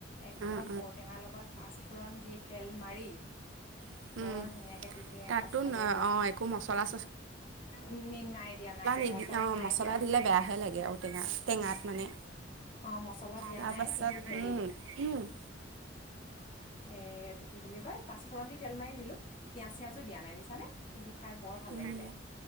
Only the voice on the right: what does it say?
অঁ
অঁ
তাতো
অঁ একো মছলা
অ
মছলা
দিলে বেয়াহে লাগে ঔ, টেঙা টেঙাত মানে
তাৰ
পাছত
উম উ-
উম